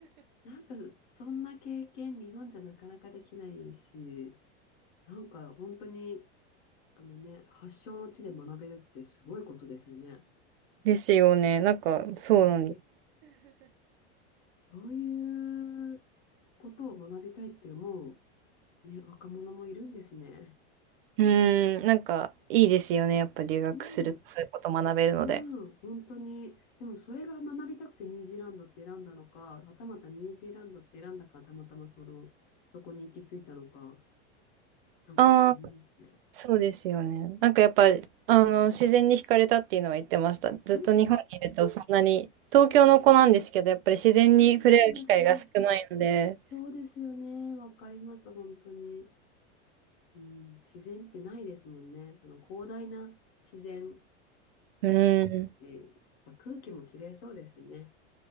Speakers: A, on the left; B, on the right.
A: なんかそんな経験日本じゃなかなかできないし、なんか本当にあのね、発祥の地で学べるってすごいことですよね。
B: ですよね。なんか、そうなんです。
A: へえ、そういうことを学びたいって思う、ね、若者もいるんですね。
B: うーん、なんか、いいですよね。やっぱ留学すると、
A: うん。
B: そういうこと学べるので。
A: まあ、本当に。でもそれが学びたくてニュージーランドって選んだのか、はたまたニュージーランドって選んだからたまたまその、そこに行き着いたのか、なんか不思議ですね。
B: ああ、そうですよね。なんかやっぱ、あの、自然に惹かれたっていうのは言ってました。ずっと日本にいると、
A: うん、
B: そんなに、東京の子なんですけど、やっぱり自然に触れ合う機会が少ないので、
A: あーなるほど。そうですよね。わかります、本当に。うん、自然ってないですもんね。その広大な自然。
B: うーん、
A: ですし、やっぱ空気もきれいそうですね。